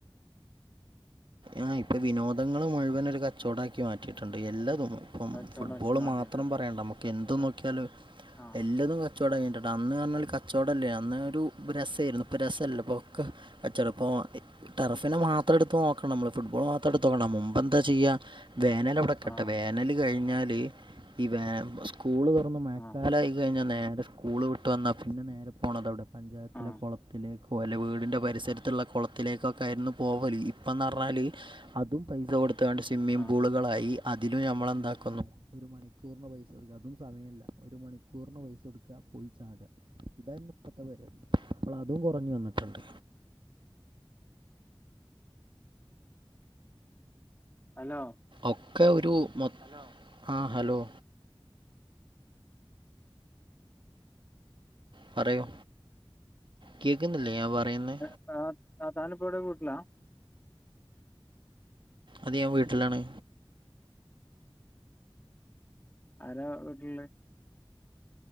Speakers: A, on the right; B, on the left.
A: ആഹ് ഇപ്പൊ വിനോദങ്ങള് മുഴുവൻ ഒരു കച്ചോടാക്കി മാറ്റി റ്റിയിട്ടുണ്ട് എല്ലാതും
B: ആഹ്
A: ഇപ്പം
B: കച്ചവടാക്കി
A: ഫുട്ബോള്
B: മാറ്റിയിട്ടുണ്ട്
A: മാത്രം പറയണ്ട നമുക്ക് എന്ത് നോക്കിയാലും
B: ആഹ്
A: എല്ലാതും കച്ചോടംആയിട്ടിണ്ട് അന്ന് പറഞ്ഞാൽ കച്ചോടഇല്ല അന്ന് ഒരു രസേയിരുന്നു ഇപ്പൊ രസല്ല ഇപ്പൊക്കെ കച്ചോട പ്പ ടർഫിനെ മാത്രം എടുത്ത് നോ ക്കണം നമ്മള് ഫുട്ബോൾ മാത്രം എടുത്ത് നോക്കണ്ട മുമ്പ് എന്താ ചെയ്യ വേനലവിടെ നിക്കട്ടെ
B: ആഹ്
A: വേന നല് കഴിഞ്ഞാല് ഈ വേ സ്കൂള് തൊറന്ന് മഴക്കാലായി
B: ആഹ്
A: കഴിഞ്ഞാ നേരെ സ്കൂള് വിട്ടു വന്നാൽ പിന്നെ നേരെ പോകണത് എവിടെ പഞ്ചായത്തിലെ
B: ആഹ്
A: കൊള ത്തിലേക്കൊ അല്ല വീടിൻ്റെ പരിസരത്തുള്ള കൊളത്തിലേക്കൊക്കെ ആരുന്നു പോവല് ഇപ് ഇപ്പന്ന് പറഞ്ഞാല് അതും പൈസ കൊടുത്താണ്ട് സ്വിമ്മിംഗ്
B: ആഹ്
A: പൂളുകളായി അതിലും നമ്മളെന്താക്കുന്നു ഒരു മണിക്കൂറിന് പൈസ കൊടുക്കാ അതും സമയല്ല് ഒരു മണിക്കൂറിന് പൈസ കൊടുക്കാ ക്കാപോയി ചാട ഇതായിരുന്നു ഇപ്പത്തെ പരിപാടി ഇപ്പള് അതും കൊറഞ്ഞ് വന്നിട്ട്ണ്ട്
B: ഹലോ
A: ഒക്കെ ഒരു മൊത്ത് ആ ഹലോ പറയൂ കേക്കുന്നില്ലേ ഞാൻ പറയുന്നേ
B: ആ ആ താനിപ്പ എവിടെ വീട്ടിലാ
A: അതെ ഞാൻ വീട്ടിലാണ്
B: ആരാ വീട്ടില്ള്ളെ